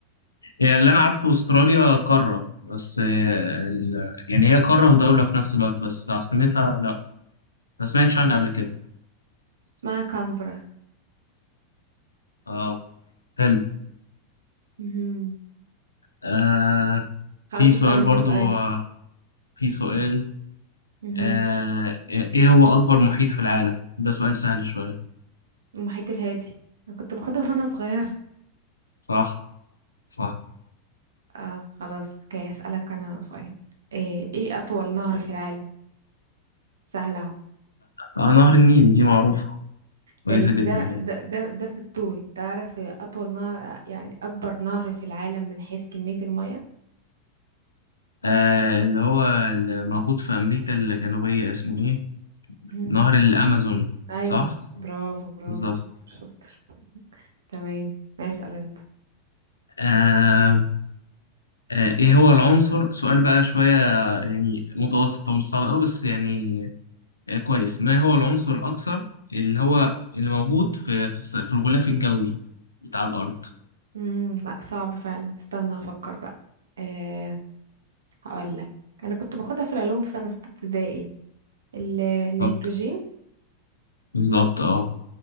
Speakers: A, on the left; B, on the right.
A: هي اللي أنا عارفه أستراليا قارة بس آه ال... يعني هي قارة ودولة في نفس الوقت بس عاصمتها لا ما سمعتش عنها قبل كده
B: اسمها كامبرا
A: اه حلو
B: مهم.
A: آه
B: خلاص
A: في
B: اسال
A: سؤال
B: انت
A: برضو
B: سؤال
A: آه في سؤال
B: مهم.
A: آه إيه هو أكبر محيط في العالم؟ ده سؤال سهل شوية
B: المحيط الهادي انا كنت باخدها وانا صغيره
A: صح صح
B: اه خلاص اوكي هسألك انا سؤال ايه, ايه اطول نهر في العالم سهل اهو
A: آه نهر النيل دي معروفة كويسة
B: طيب
A: جدا
B: ده
A: دي
B: ده ده ده في الطول تعرف اطول نهر يعني اكبر نهر في العالم من حيث كمية المية
A: آه اللي هو اللي موجود في أمريكا الجنوبية اسمه إيه؟
B: مم.
A: نهر الأمازون
B: ايوه
A: صح؟
B: برافو برافو
A: بالظبط
B: شاطر شاطر تمام اسأل انت
A: آه آه إيه هو العنصر؟ سؤال بقى شوية يعني متوسط هو مش صعب أوي بس يعني آه كويس ما هو العنصر الأكثر اللي هو اللي موجود في في, الس- في الغلاف الجوي بتاع الأرض
B: امم لا صعب فعلا استنى افكر بقى أه هقول لك انا كنت باخدها في العلوم في سنة ستة ابتدائي ال- النيتروجين
A: بالظبط بالظبط أه